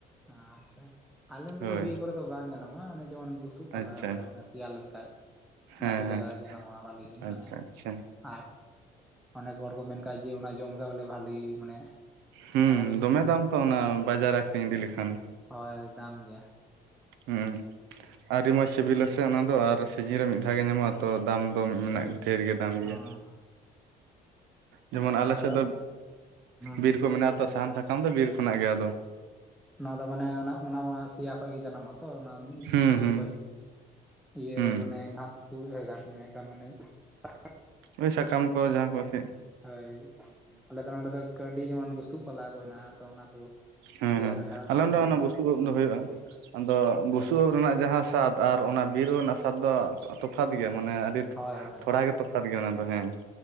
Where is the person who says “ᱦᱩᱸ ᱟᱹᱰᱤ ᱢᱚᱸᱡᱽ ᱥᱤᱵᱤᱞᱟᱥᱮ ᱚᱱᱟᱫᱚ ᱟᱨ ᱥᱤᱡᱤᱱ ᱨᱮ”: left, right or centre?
Right